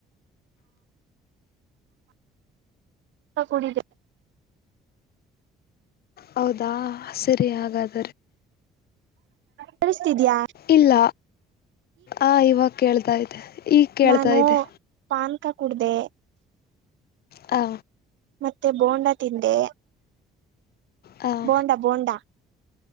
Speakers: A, on the right; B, on the left.
A: ಹ ಕು <unintelligible>
B: ಹೌದಾ ಸರಿ ಹಾಗಾದ್ರೆ
A: ಕೇಳ್ಸ್ತಾದೀಯ
B: ಇಲ್ಲ ಆ ಇವಾಗ ಕೇಳ್ತಾ ಇದೆ ಈಗ ಕೇಳ್ತಾ
A: ನಾನು
B: ಇದೆ
A: ಪಾನ್ಕ ಕುಡ್ದೆ
B: ಹಾ
A: ಮತ್ತೆ ಬೋಂಡ ತಿಂದೆ
B: ಹಾಂ
A: ಬೋಂಡಾ ಬೋಂಡಾ